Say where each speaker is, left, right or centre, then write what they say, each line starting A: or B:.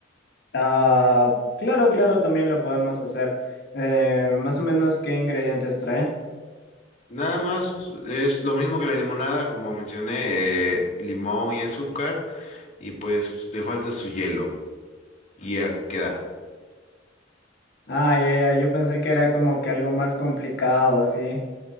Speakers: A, on the left; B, on the left.
A: Ah, claro, claro, también lo podemos hacer. Eh, más o menos, ¿qué ingredientes trae?
B: Nada más, es lo mismo que la limonada, como mencioné, eh, limón y azúcar, y pues le falta su hielo, y ya queda.
A: Ah, ya, ya, yo pensé que era como que algo más complicado, así.